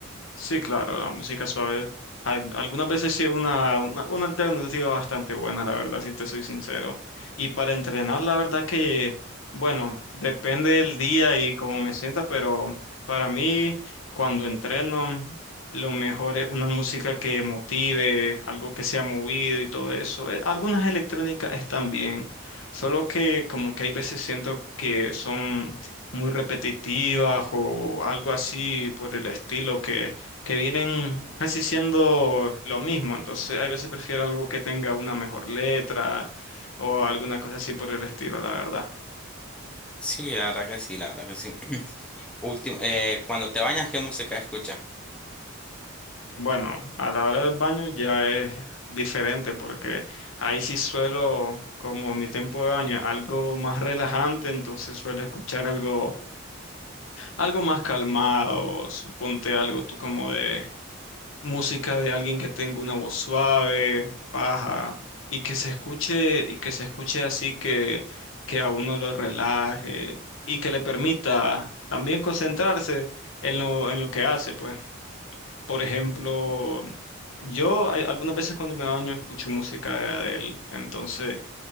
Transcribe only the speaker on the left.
Sí, claro, la música suave. Hay- algunas veces sí es una, una, una alternativa bastante buena, la verdad, si te soy sincero. Y para entrenar, la verdad que, bueno, depende del día y cómo me sienta, pero para mí, cuando entreno, lo mejor es una música que motive, algo que sea movido y todo eso. Eh, Algunas electrónicas están bien, solo que como que hay veces siento que son muy repetitivas o algo así por el estilo que que vienen casi siendo lo mismo. Entonces, a veces prefiero algo que tenga una mejor letra o alguna cosa así por el estilo, la verdad.
Bueno, a la hora del baño ya es diferente porque ahí sí suelo, como mi tiempo de baño, algo más relajante, entonces suelo escuchar algo, algo más calmado, suponte algo tú como de música de alguien que tenga una voz suave, baja, y que se escuche, y que se escuche así que, que a uno lo relaje y que le permita también concentrarse en lo, en lo que hace, pues. Por ejemplo, yo a- algunas veces cuando me baño escucho música de Adele, entonces,